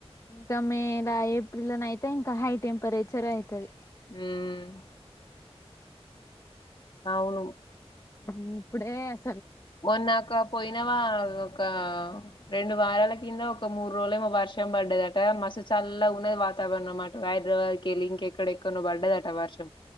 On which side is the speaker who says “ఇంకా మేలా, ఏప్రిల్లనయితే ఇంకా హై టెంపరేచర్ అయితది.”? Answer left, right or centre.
Left